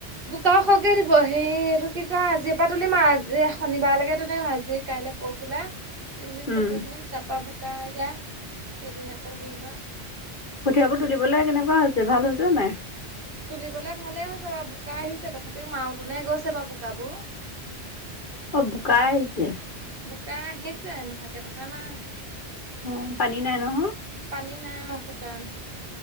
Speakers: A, on the right (about 55°); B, on the left (about 50°).
A: বোকাও খৰকে দিব সেই এইটো কি ক আজিৰে পৰা তুলিম আৰু আজি শনিবাৰলৈকে তুলিম আজি ক কাইলে পৰহিলে তিনদিন
B: উম
A: কঠিয়া তুলিম তাৰপৰা বোকা দিলে কেইদিন আকৌ হেৰি হয়।
B: কঠিয়াবোৰ তুলিবলৈ কেনেকুৱা হৈছে ভাল হৈছে নে নাই?
A: তুলিবলৈ ভালে হৈছে বাৰু বোকা আহিছে তথাপিও মাওতোনে গৈছে বাৰু বোকাবোৰ। <inaudible>
B: অ বোকা আহিছে।
A: বোকা আহিছে নোহাকে থকা নাই।
B: উম পানী নাই নহয়।
A: পানী নাই অ শুকান